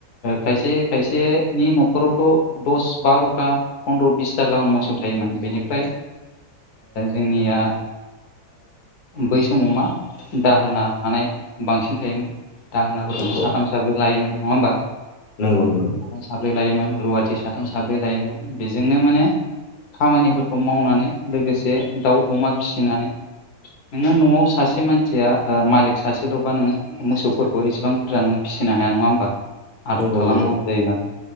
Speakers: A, on the left; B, on the left.
A: खायसे खायसेनि न'खरावथ दस बार'था फन्द्र बिसथा गाहाम मोसौ थायोमोन बेनिफ्राय जोंनिया बै समाव मा दाहोना थानाय बांसिन थायोमोन दाहोनाफोरखौनो
B: नंगौ
A: साथाम साब्रै लायोमोन नङा होमबा
B: नंगौ नंगौ
A: साथाम साब्रै लायोमोन रुवाथि साथाम साब्रै लायोमोन बेजोंनो माने खामानिफोरखौ मावनानै लोगोसे दाउ अमा फिसिनानै नोङो न'आव सासे मानसिया मालिक सासेल'बा नोङो मोसौ फोरखौ एसेबां बुरजा नों फिसिनो हाया नङा होमबा आदर
B: नंगौ
A: खालामनांगौ
B: नंगौ
A: जायो नालाय